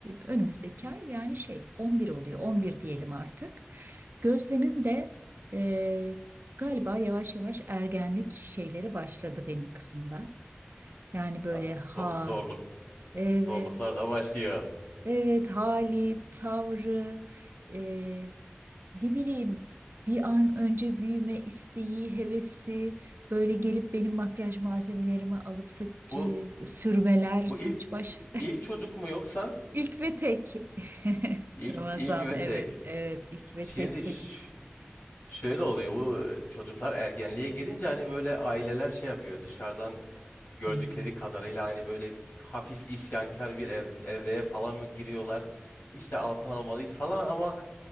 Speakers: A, on the right (about 55°); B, on the left (about 65°).
A: önümüzdeki ay yani şey 11 oluyor 11 diyelim artık. Gözlemim de e, galiba yavaş yavaş ergenlik şeyleri başladı benim kızımda. Yani böyle
B: Aa,
A: ha
B: zo- zorluk
A: evet
B: zorluklar da başlıyor.
A: Evet hali, tavrı, e, ne bileyim bir an önce büyüme isteği, hevesi, böyle gelip benim makyaj malzemelerimi alıp saç,
B: Bu
A: e, sürmeler,
B: bu
A: saç
B: ilk
A: baş.
B: ilk çocuk mu yoksa
A: <laughs> İlk ve tek. <laughs>
B: ilk
A: Ramazan
B: ilk ve
A: evet
B: tek.
A: evet ilk ve
B: Şimdi
A: tek çocuk.
B: ş- Şöyle oluyor bu çocuklar ergenliğe girince hani böyle aileler şey yapıyor dışarıdan gördükleri
A: Hmm.
B: kadarıyla hani böyle hafif isyankar bir ev, evreye falan mı giriyorlar? İşte altın almalıyız falan ama